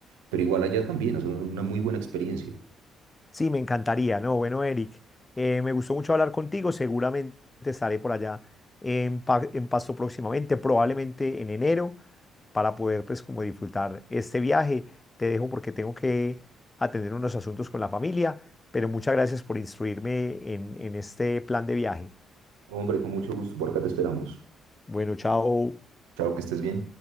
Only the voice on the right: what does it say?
pero igual allá también, o sea, una muy buena experiencia.
Hombre, con mucho gusto, por acá te esperamos.
Chao, que estés bien.